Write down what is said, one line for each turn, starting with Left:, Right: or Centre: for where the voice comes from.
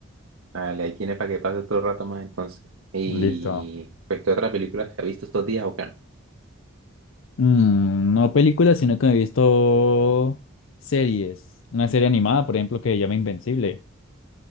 Right: Vale, ahí tiene para que pase otro rato más entonces. Y
Left: Listo.
Right: pues, ¿qué otra película se ha visto estos días o qué?
Left: Mm, no películas, sino que me he visto series. Una serie animada, por ejemplo, que se llama Invencible.